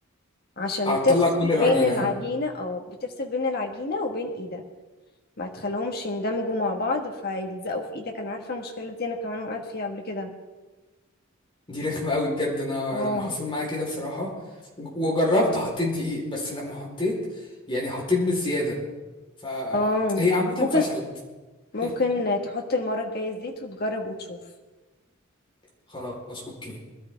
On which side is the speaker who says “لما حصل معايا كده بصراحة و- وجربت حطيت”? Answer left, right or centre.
Left